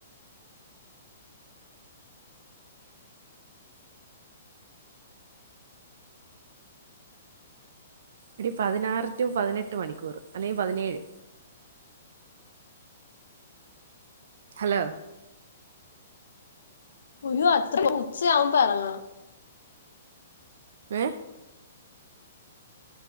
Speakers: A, on the right (about 60°); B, on the left (about 70°).
A: ഇടി പതിനാറ് ടു പതിനെട്ട് മണിക്കൂർ അല്ലെങ്കിൽ പതിനേഴ് ഹലോ
B: അയ്യോ അത്ര ഉച്ചയാവുമ്പ ഇറങ്ങണം
A: ഏ